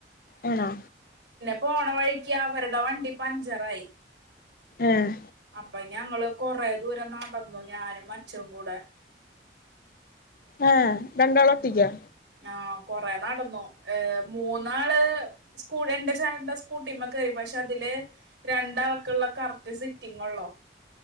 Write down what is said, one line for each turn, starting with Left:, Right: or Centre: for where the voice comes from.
Left: അണോ
Right: പോണവഴിക്ക് അവര്ടെ വണ്ടി പഞ്ചറായി
Left: ഏഹ്
Right: പ്പയ് ഞങ്ങള് കൊറെ ദൂരം നടന്നു ഞാനും അച്ചും കൂടെ
Left: ഏഹ് രണ്ടാളും
Right: ഉം
Left: ഒറ്റക് യാ
Right: ആ കൊറേ നടന്നു ഏഹ് മൂന്നാള് സ്കൂളിന്റെ എന്റെ ചേട്ടൻ്റെ സ്കൂട്ടിമ്മേ കേറി പക്ഷെ അതില് രണ്ടാൾക്കുള്ള കറക്റ്റ് സിറ്റിംഗ് ഒള്ളോ